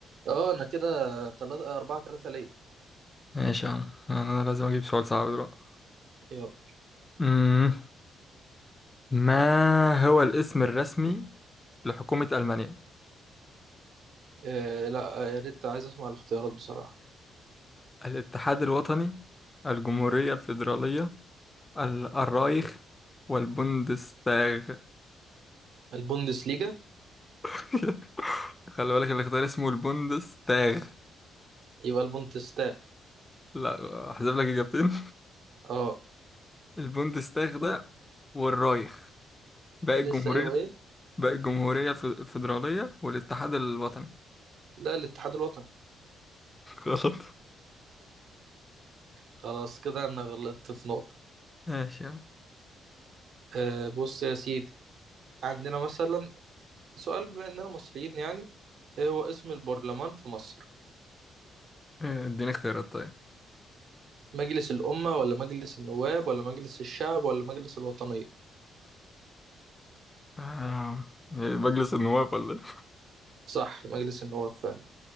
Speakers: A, on the right; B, on the left.
A: اه انا كده تلاتة أربعة تلاتة ليا
B: ماشي يا عم انا لازم اجيب سؤال صعب دلوقتي
A: يلا
B: مم. ما هو الاسم الرسمي لحكومة ألمانيا
A: آه لا آه، يا ريت عايز اسمع الاختيارات بصراحة
B: الاتحاد الوطني الجمهورية الفيدرالية ال- الرايخ والبوندستاغ
A: البوندسليجا
B: <laughs> خلي بالك الاختيار اسمه البوندستاغ
A: يبقى البوندستاغ
B: لا احذف لك إجابتين
A: اه
B: <laughs> البوندستاغ ده والرايخ باقي الجمهورية
A: لسه ايه وايه
B: باقي الجمهورية الف- الفيدرالية والاتحاد الوطني
A: لا الاتحاد الوطني
B: <laughs> غلط
A: خلاص كده انا غلطت في نقطة
B: ماشي يلا
A: آه بص يا سيدي عندنا مثلا سؤال بما اننا مصريين يعني ايه هو اسم البرلمان في مصر
B: إيه، اديني اختيارات طيب
A: مجلس الأمة ولا مجلس النواب ولا مجلس الشعب ولا مجلس الوطنية
B: آه، إيه، مجلس النواب ولا إيه؟
A: صح مجلس النواب فعلا